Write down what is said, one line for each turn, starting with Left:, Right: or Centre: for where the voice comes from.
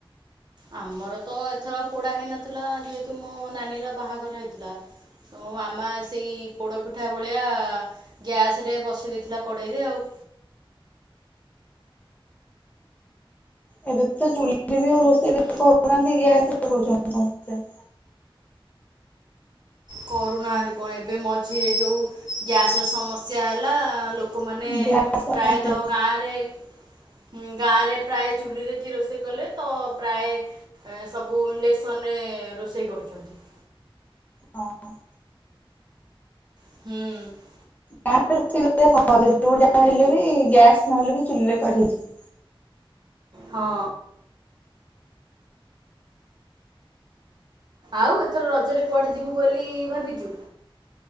Right: ଆମର ତ ଏଥର ପୋଡ଼ା ହେଇନଥିଲା, ଯେହେତୁ ମୋ ନାନୀର ବାହାଘର ହେଇଥିଲା। ତ ମୋ ମାମା ସେଇ ପୋଡ଼ପିଠା ଭଳିଆ ଗ୍ୟାସ୍ ରେ ବସେଇ ଦେଇଥିଲା କଡ଼େଇରେ ଆଉ।
Left: ଏବେ -ତ -ଚୁଲିରେ -ବି ଆଉ ରୋଷେଇ
Right: ହୁଁ
Left: ବେସି କରୁ ନାହାନ୍ତି ଗ୍ୟାସ୍ ରେ କରୁଛନ୍ତି ସମସ୍ତେ।
Right: କରୁ ନାହାନ୍ତି କଣ ଏବେ ମଝିରେ ଯୋଉ ଗ୍ୟାସ୍ ର ସମ ସ୍ୟା ହେଲା, ଲୋକମାନେ
Left: ଗ୍ୟାସ ସମସ୍ତେ
Right: ପ୍ରାୟତଃ ଗାଁରେ ହୁଁ, ଗାଁ ରେ ପ୍ରାୟ ଚୁଲିରେ କିଏ ରୋଷେଇ କଲେ ତ ପ୍ରାଏ ସବୁ ଇଣ୍ଡେକ୍ସନ୍ ରେ ରୋଷେଇ କରୁଛନ୍ତି।
Left: ଅହଁ।
Right: ହୁଁ।
Left: ଗାଁ ରେ ରୋଷେଇ କରିବା ସହଜ, ଯୋଉଠି ଯାହା ହେଲେ ବି, ଗ୍ୟାସ୍ ନହେଲେ ବି ଚୁଲିରେ କରି ହେଇଜିବ।
Right: ହଁ। ଆଉ ଏଥର ରଜରେ କୁଆଡ଼େ ଯିବୁ ବୋଲି ଭାବିଚୁ?